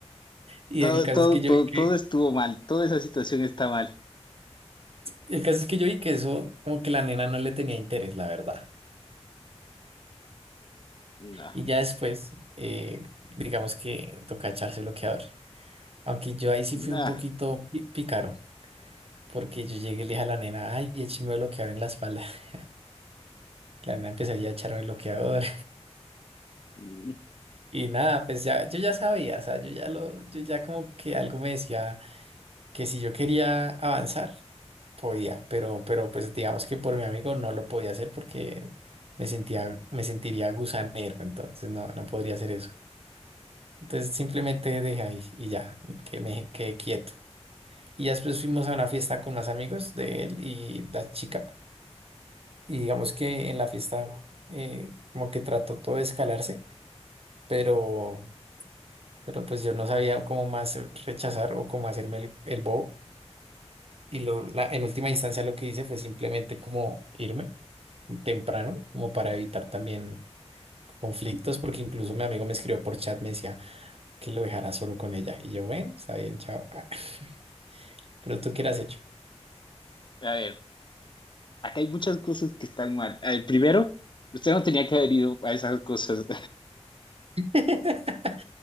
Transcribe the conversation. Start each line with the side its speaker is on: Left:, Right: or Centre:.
Right: Y
Left: Todo,
Right: el caso
Left: todo,
Right: es que yo
Left: todo,
Right: vi que,
Left: todo estuvo mal, toda esa situación está mal.
Right: el caso es que yo vi que eso, como que la nena no le tenía interés, la verdad.
Left: No,
Right: Y ya después, eh, digamos que toca echarse bloqueador. Aunque yo ahí sí
Left: no.
Right: fui un poquito pi- pícaro, porque yo llegué y le dije a la nena, ay, écheme bloqueador en la espalda. <laughs> La nena empezó ya a echarme bloqueador.
Left: mm.
Right: Y nada, pues ya, yo ya sabía, o sea, yo ya lo, yo ya como que algo me decía que si yo quería avanzar, podía, pero, pero pues digamos que por mi amigo no lo podía hacer porque me sentía, me sentiría gusanero, entonces no, no podría hacer eso. Entonces simplemente dejé ahí y ya, que me quedé quieto. Y ya después fuimos a una fiesta con más amigos de él y la chica, y digamos que en la fiesta eh, como que trató todo de escalarse, pero pero pues yo no sabía cómo más rechazar o cómo hacerme el, el bobo. Y lo, la, en última instancia lo que hice fue simplemente como irme temprano, como para evitar también conflictos, porque incluso mi amigo me escribió por chat, me decía que lo dejara solo con ella. Y yo, bueno, está bien, chao. Ah, <laughs> Pero tú qué le has hecho.
Left: A ver, acá hay muchas cosas que están mal. A ver, primero, usted no tenía que haber ido a esas cosas.
Right: <laughs>